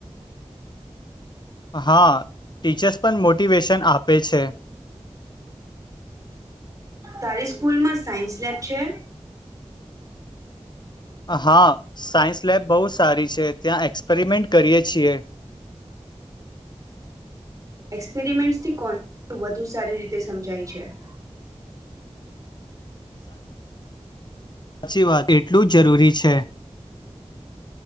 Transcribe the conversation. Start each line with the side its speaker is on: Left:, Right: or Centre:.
Left: હા ટીચર્સ પણ મોટ મોટિવેશન આપે છે
Right: તારી સ્કૂલમાં સાયન્સ લેબ છે
Left: હા સાયન્સ લેબ બહુ સારી છે ત્યાં એક્સપેરિમેન્ટ કરીએ છીએ
Right: એક્સપેરિમેન્ટ્સથી કોન્સે વધુ સારી રીતે સમજાય છે <inaudible>
Left: સાચી વાત એટલું જ જરૂરી છે